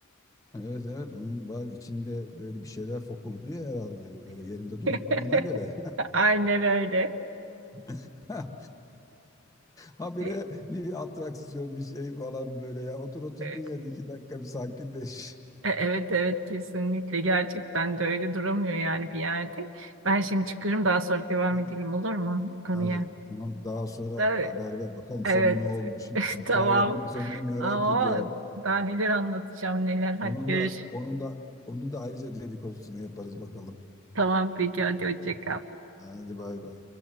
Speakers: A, on the left; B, on the right.
A: evet evet onun var içinde böyle bir şeyler fokurduyor herhalde böyle yerinde duramadığına
B: <laughs>
A: göre
B: Aynen öyle.
A: <laughs> habire
B: E-
A: bir atraksiyon bir şey falan böyle ya otur oturduğun
B: e-
A: yerde iki dakika bir sakinleş.
B: Evet evet kesinlikle gerçekten de öyle duramıyor yani bir yerde. Ben şimdi çıkıyorum daha sonra devam
A: Aynen.
B: edelim olur mu bu konuya?
A: Ha, Tamam daha sonra
B: Evet,
A: haber ver bakalım
B: evet.
A: sonu ne olmuş. <laughs>
B: <laughs>
A: Hikayenin
B: tamam.
A: sonunu merak
B: Aa,
A: ediyorum.
B: daha neler anlatacağım neler hadi
A: Onun
B: görüş.
A: da onun da onun da ayrıca dedikodusunu yaparız bakalım.
B: Tamam peki hadi hoşça kal.
A: Hadi bay bay.